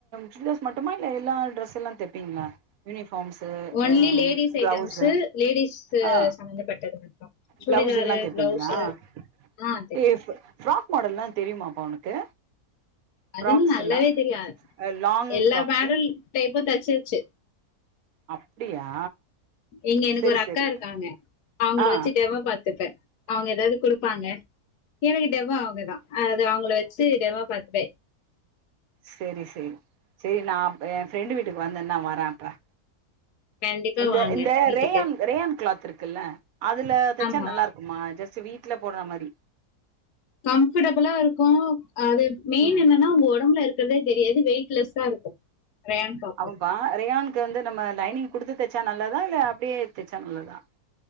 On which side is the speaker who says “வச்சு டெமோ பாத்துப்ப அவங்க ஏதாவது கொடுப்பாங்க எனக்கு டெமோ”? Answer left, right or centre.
Left